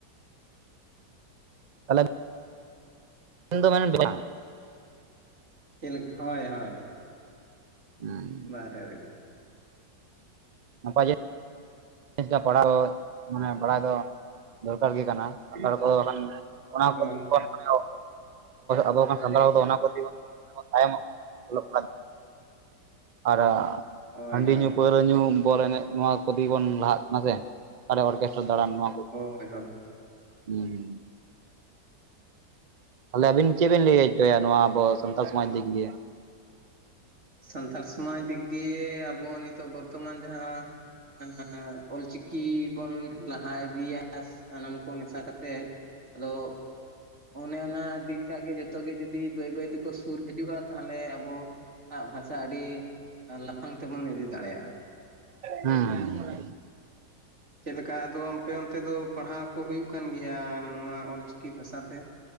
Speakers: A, on the right; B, on the right.
A: ᱛᱟᱞᱦᱮᱼᱼ ᱛᱮᱱ ᱫᱚ ᱢᱮᱱᱮ <inaudible>
B: ᱪᱮᱫ ᱞᱮᱠᱟ ᱦᱚᱭ-ᱦᱚᱭ
A: ᱩᱸ
B: ᱵᱟᱦᱨᱮ ᱨᱮᱜᱮᱼᱼ
A: ᱱᱟᱯᱟᱭ ᱜᱮᱼᱼ ᱪᱮᱫ ᱪᱚ ᱢᱟᱱᱮ ᱯᱟᱲᱦᱟᱣ ᱢᱟᱱᱮ ᱵᱟᱲᱟᱭ ᱫᱚ ᱫᱚᱨᱠᱟᱨ ᱜᱮ ᱠᱟᱱᱟ ᱥᱟᱱᱛᱟᱲ ᱠᱚᱫᱚ ᱵᱟᱠᱷᱟᱱᱼᱼ ᱚᱱᱟ
B: ᱦᱳᱭ
A: ᱠᱚᱛᱮᱜᱮ ᱵᱚᱱ ᱢᱚᱱᱮ ᱟ ᱟᱵᱚ ᱥᱟᱱᱛᱟᱲ ᱠᱚᱫᱚ ᱚᱱᱟ ᱠᱚᱛᱮ ᱵᱚᱱ ᱛᱟᱭᱚᱢᱚᱜ ᱠᱟᱱᱟ ᱚᱞᱚᱜ ᱯᱟᱲᱦᱟᱜ ᱫᱤᱠᱛᱮ ᱟᱨ
B: ᱦᱳᱭ
A: ᱦᱟᱺᱰᱤ
B: ᱦᱳᱭ
A: ᱧᱩ ᱯᱟᱹᱣᱨᱟᱹ ᱧᱩ ᱵᱚᱞ ᱮᱱᱮᱡ ᱱᱚᱣᱟ ᱠᱚᱛᱮ ᱵᱚᱱ ᱞᱟᱦᱟᱜ ᱠᱟᱱᱟ ᱥᱮ ᱚᱠᱟᱨᱮ ᱚᱨᱠᱮᱥᱴᱨᱟ ᱫᱟᱬᱟᱱ ᱱᱚᱣᱟ ᱠᱚ
B: ᱦᱳᱭ ᱦᱳᱭ᱾
A: ᱦᱩᱸ᱾ ᱛᱟᱦᱚᱞᱮ ᱟᱵᱤᱱ ᱪᱮᱫ ᱵᱤᱱ ᱞᱟᱹᱭ ᱦᱚᱪᱚᱭᱟ ᱱᱚᱣᱟ ᱟᱵᱚ ᱥᱟᱱᱛᱟᱲ ᱥᱚᱢᱟᱡᱽ ᱫᱤᱠ ᱫᱤᱭᱮ᱾
B: ᱥᱟᱱᱛᱟᱲ ᱥᱚᱢᱟᱡᱽ ᱫᱤᱠ ᱫᱤᱭᱮ ᱟᱵᱚ ᱱᱤᱛᱚᱜ ᱵᱚᱨᱛᱚᱢᱟᱱ ᱡᱟᱦᱟᱸ <unintelligible> ᱚᱞ ᱪᱤᱠᱤ ᱵᱚᱱ ᱞᱟᱦᱟ ᱤᱫᱤᱭᱟ ᱥᱟᱱᱟᱢ ᱠᱚ ᱢᱮᱥᱟ ᱠᱟᱛᱮᱜ ᱟᱫᱚ ᱚᱱᱮ ᱚᱱᱟ ᱫᱤ ᱴᱟᱜ ᱜᱮ ᱡᱷᱚᱛᱚ ᱜᱮ ᱡᱩᱫᱤ ᱵᱟᱹᱭ ᱵᱟᱹᱭ ᱛᱮᱠᱚ ᱥᱩᱨ ᱦᱤᱡᱩᱜᱼᱟ ᱛᱟᱦᱚᱞᱮ ᱟᱵᱚ ᱟᱜ ᱵᱷᱟᱥᱟ ᱟᱹᱰᱤ ᱞᱟᱯᱷᱟᱝ ᱛᱮᱵᱚᱱ ᱤᱫᱤ ᱫᱟᱲᱮᱭᱟᱜᱼᱟ᱾
A: ᱦᱮᱸ ᱦᱮ᱾
B: ᱪᱮᱫ ᱞᱮᱠᱟ ᱟᱫᱚ ᱟᱯᱮ ᱚᱱᱛᱮ ᱫᱚ ᱯᱟᱲᱦᱟᱣ ᱠᱚ ᱦᱩᱭᱩᱜ ᱠᱟᱱ ᱜᱮᱭᱟ, ᱱᱚᱣᱟ ᱚᱞᱪᱤᱠᱤ ᱵᱷᱟᱥᱟᱛᱮ?